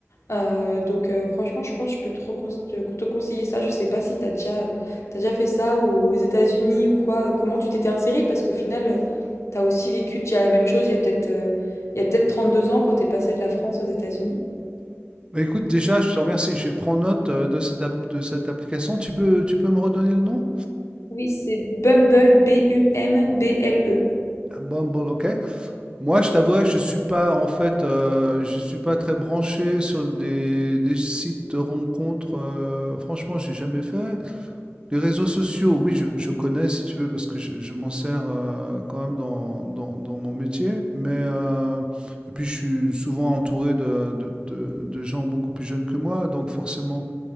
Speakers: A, on the left; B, on the right.
A: Euh, donc euh, franchement, je pense que je peux trop conse- te te conseiller ça. Je sais pas si t'as déjà, t'as déjà fait ça ou aux États-Unis ou quoi. Comment tu t'étais insérée parce qu'au final, euh, t'as aussi vécu déjà la même chose il y a peut-être euh, il y a peut-être trente-deux ans quand t'es passé de la France aux États-Unis.
B: Bah, Écoute, déjà, je te remercie. Je prends note euh, de cette, app- de cette application. Tu peux, tu peux me redonner le nom?
A: Oui, c'est Bumble, B-U-M-B-L-E.
B: Ah, Bumble, ok. Moi, je t'avouerais que je suis pas, en fait, euh, je suis pas très branché sur des, des sites de rencontres. euh, franchement, j'ai jamais fait. Les réseaux sociaux, oui, je, je connais si tu veux, parce que je, je m'en sers euh, quand même dans, dans- dans mon métier. Mais, euh, et puis, je suis souvent entouré de, de- de- de gens beaucoup plus jeunes que moi, donc forcément,